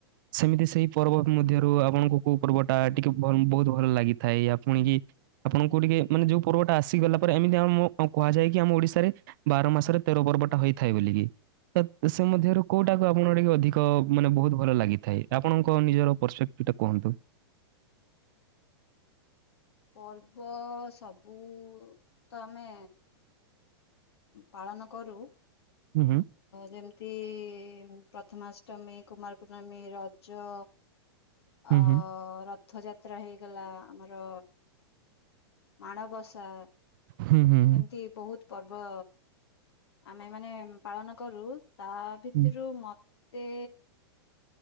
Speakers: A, on the right (about 50°); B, on the left (about 75°).
A: ସେମିତି ସେଇ ପର୍ବ ମଧ୍ୟରୁ
B: ହୁଁ
A: ଆପଣଙ୍କୁ କୋଉ ପର୍ବ, ଟା ଟିକେ ବହୁତ ଭଲ ଲାଗିଥାଏ। ୟା ପୁଣିକି, ଆପଣଙ୍କୁ ଟିକେ ମାନେ ଯୋଉ ପର୍ବଟା ଆସିଗଲା ପରେ ଏମିତି ଆମ କୁହାଯା କି ଆମ ଓଡିଶାରେ, ବାର ମାସରେ ତେର ପର୍ବ ଟା ହେଇଥାଏ ବୋକି ସେ ମଧ୍ୟରୁ, କୋଉଟାକୁ
B: ହଁ
A: ଆପଣଙ୍କ ଟିକେ ଅଧିକ ମାନେ ବହୁତ ଭଲ ଲାଗିଥାଏ ଆପଣଙ୍କ ନିଜର ପର ଫେକ ଟା କୁହନ୍ତୁ।
B: ପର୍ବ ସବୁ ତ ଆମେ, ପାଳନ କରୁ
A: ହୁଁ, ହୁଁ,
B: ଯେମିତି, ଯେମିତି ପ୍ରଥମାଷ୍ଟମୀ, କୁମାରପୂର୍ଣ୍ଣମୀ, ରଜ,
A: ହୁଁ,
B: ଅ ର
A: ହୁଁ,
B: ରଥ ଯାତ୍ରା ହେଇଗଲା ଆମର ମାଣବସା।
A: ହୁଁ, ହୁଁ, ହୁଁ,
B: ଏମିତି ବହୁତ ପର୍ବ, ଆମେ ମାନେ ପାଳନ କରୁ ତା ଭିତରୁ
A: ହୁଁ,
B: ମତେଏ,